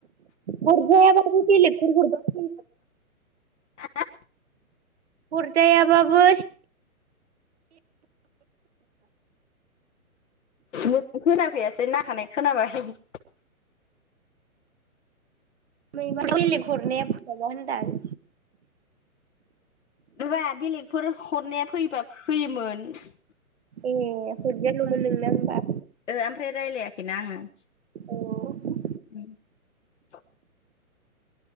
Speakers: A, on the right; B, on the left.
A: हरजाया बाबो बेगेलफोर हरजागोन खोमा
B: हा ।
A: हरजायाबाबो
B: मोजां खोनाफैयासै नाथानाय खोनाबाय ।
A: मैमा बेलेग हरनाया <unintelligible> होनदां
B: माबा बेलेगफोर हरनाया फैयोबा फैयोमोन ।
A: ए हरजायालमोन नोंनना होमबा?
B: ओ आमफ्राय रायलायाखैना आङो ।
A: औ ।
B: <unintelligible>